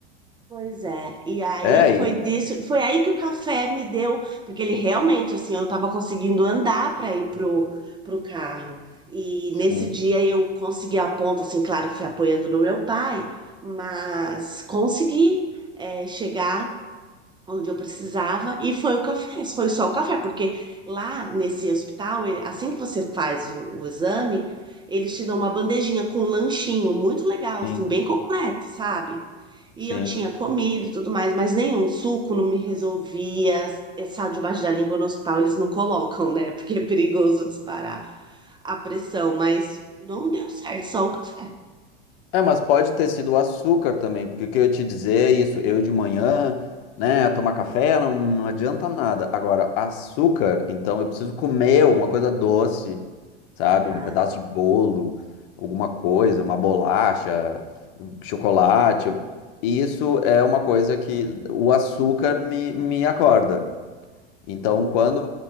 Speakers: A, on the right; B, on the left.
A: Pois é, e aí
B: É,
A: foi
B: e
A: disso, foi aí que o café me deu, porque ele realmente, assim, eu tava conseguindo andar para ir pro, pro carro. E
B: sim,
A: nesse dia eu consegui a ponta, assim, claro, fui apoiando no meu pai, mas consegui, é, chegar onde eu precisava e foi o café, foi só o café, porque lá nesse hospital, ele- assim que você faz o, o exame, eles te dão uma bandejinha com um lanchinho muito legal,
B: sim,
A: assim, bem completo, sabe? E
B: sim.
A: eu tinha comido e tudo mais, mas nenhum suco não me resolvia. É Sal debaixo da língua no hospital eles não colocam, né? <laughs> Porque é perigoso disparar a pressão, mas não deu certo, só o café.
B: É, mas pode ter sido o açúcar também, porque o que eu ia te dizer é isso, eu de manhã, né, tomar café não, não adianta nada. Agora, açúcar, então eu preciso comer alguma coisa doce, sabe?
A: Ah,
B: Um pedaço de bolo, alguma coisa, uma bolacha, chocolate. eu- E Isso é uma coisa que o açúcar me, me acorda. Então,
A: entendi.
B: quando,